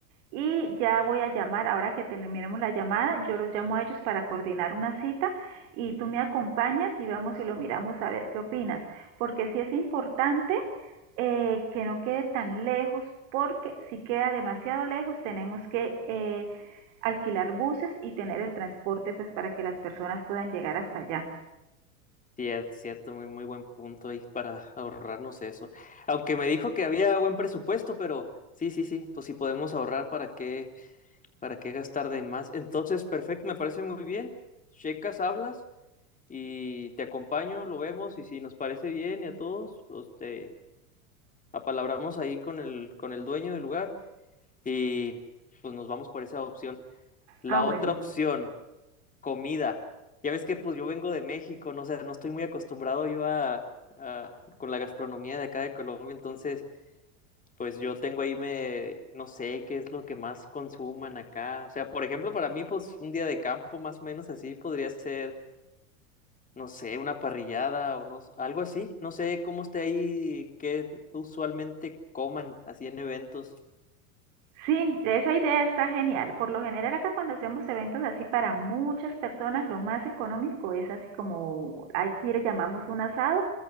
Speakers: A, on the right (about 60°); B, on the left (about 20°).
A: y ya voy a llamar, ahora que terminemos la llamada, yo los llamo a ellos para coordinar una cita y tú me acompañas y vamos y lo miramos a ver qué opinas, porque sí es importante eh, que no quede tan lejos, porque si queda demasiado lejos tenemos que eh, alquilar buses y tener el transporte pues para que las personas puedan llegar hasta allá.
B: Cierto, cierto, muy, muy buen punto ahí para ahorrarnos eso. Aunque me dijo que había buen presupuesto, pero sí, sí, sí, pues si podemos ahorrar, ¿para qué, para qué gastar de más? Entonces, perfecto, me parece muy bien. Checas, hablas y te acompaño, lo vemos y si nos parece bien y a todos, pues te apalabramos ahí con el, con el dueño del lugar y pues nos vamos por esa opción. La
A: Ah, bueno.
B: otra opción, comida. Ya ves que pues yo vengo de México, no sé, no estoy muy acostumbrado yo a, a- con la gastronomía de acá de Colombia, entonces pues yo tengo ahí me, no sé qué es lo que más consuman acá. O sea, por ejemplo, para mí pues un día de campo más o menos así podría ser, no sé, una parrillada o no, s- algo así. No sé cómo esté ahí, qué usualmente coman así en eventos.
A: Sí, esa idea está genial. Por lo general acá cuando hacemos eventos así para muchas personas, lo más económico es así como aquí le llamamos un asado,